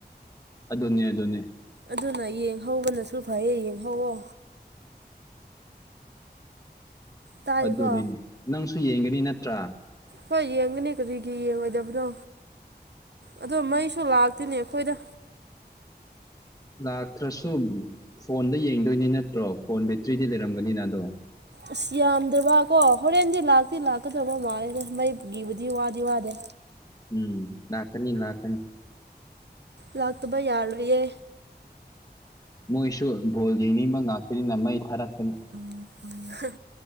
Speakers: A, on the left; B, on the right.
A: ꯑꯗꯨꯅꯦ ꯑꯗꯨꯅꯦ
B: ꯑꯗꯨꯅ ꯌꯦꯡꯍꯧꯕꯅꯁꯨ ꯐꯩꯌꯦ ꯌꯦꯡꯍꯧꯋꯣ ꯇꯥꯏꯀꯣ
A: ꯑꯗꯨꯅꯤ ꯅꯪꯁꯨ ꯌꯦꯡꯒꯅꯤ ꯅꯠꯇ꯭ꯔꯥ
B: ꯍꯣꯏ ꯌꯦꯡꯒꯅꯤ ꯀꯔꯤꯒꯤ ꯌꯦꯡꯉꯣꯏꯗꯕꯅꯣ ꯑꯗꯣ ꯃꯩꯁꯨ ꯂꯥꯛꯇꯦꯅꯦ ꯑꯈꯣꯏꯗ
A: ꯂꯥꯛꯇ꯭ꯔꯁꯨ ꯐꯣꯟꯗ ꯌꯦꯡꯗꯣꯏꯅꯤ ꯅꯠꯇ꯭ꯔꯣ ꯐꯣꯟ ꯕꯦꯇ꯭ꯔꯤꯗꯤ ꯂꯩꯔꯝꯒꯅꯤꯅ ꯑꯗꯣ
B: ꯑꯁ ꯌꯥꯝꯗ꯭ꯔꯕꯀꯣ ꯍꯣꯔꯦꯟꯗꯤ ꯂꯥꯛꯇꯤ ꯂꯥꯛꯀꯗꯕ ꯃꯥꯜꯂꯦꯗ ꯃꯩꯒꯤꯕꯨꯗꯤ ꯋꯥꯗꯤ ꯋꯥꯗꯦ
A: ꯎꯝ ꯂꯥꯛꯀꯅꯤ ꯂꯥꯛꯀꯅꯤ
B: ꯂꯥꯛꯇꯕ ꯌꯥꯔꯣꯏꯌꯦ
A: ꯃꯣꯏꯁꯨ ꯕꯣꯜ ꯌꯦꯡꯅꯤꯡꯕ ꯉꯥꯛꯇꯅꯤꯅ ꯃꯩ ꯊꯥꯔꯛꯀꯅꯤ
B: ꯎꯝ ꯎꯝ